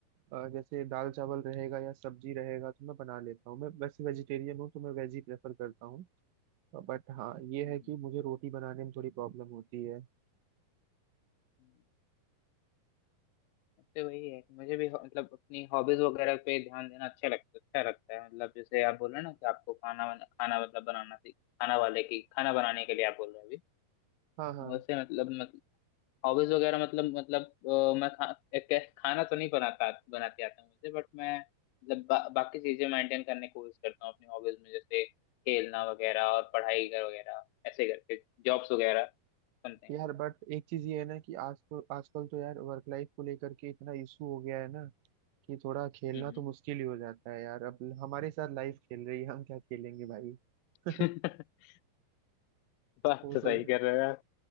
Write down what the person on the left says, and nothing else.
हम्म
हम्म, तो वही है कि मुझे भी हो- मतलब अपनी हॉबीज वगैरह पे ध्यान देना अच्छा लगता अच्छा लगता है मतलब जैसे आप बोल रहे हो ना कि आपको खाना बना, खाना मतलब बनाना सीख खाना वाले की खाना बनाने के लिए आप बोल रहे हो अभी
वैसे मतलब हॉबीज वगैरह मतलब मतलब अ, मैं खा, एक, खाना तो नहीं बनाता बनाती आता मुझे बट मैं मतलब बा, बाकी चीजें मेंटेन करने की कोशिश करता हूँ अपनी हॉबीज में जैसे खेलना वगैरह और पढ़ाई कर वगैरह ऐसे करके जॉब्स वगैरह बनते हैं
हम्म
<laughs> बात
तो
सही कर रहे हो यार